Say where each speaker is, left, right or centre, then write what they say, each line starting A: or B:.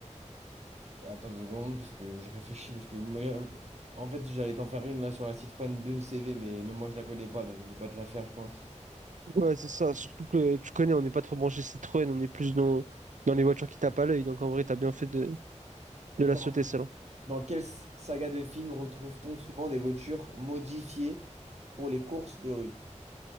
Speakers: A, on the right; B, on the right.
A: Attends deux secondes, parce que je réfléchis, parce que moi, euh, en fait, j'allais t'en faire une là sur la Citroën 2 CV, mais même moi, je la connais pas, donc je vais pas te la faire, je pense.
B: Ouais, c'est ça. Surtout que tu connais, on n'est pas trop branché Citroën, on est plus dans, dans les voitures qui tapent à l'œil. Donc en vrai, t'as bien fait de, de
A: Dans,
B: la sauter, celle-là.
A: dans quelle s- saga de films retrouve-t-on souvent des voitures modifiées pour les courses de rue?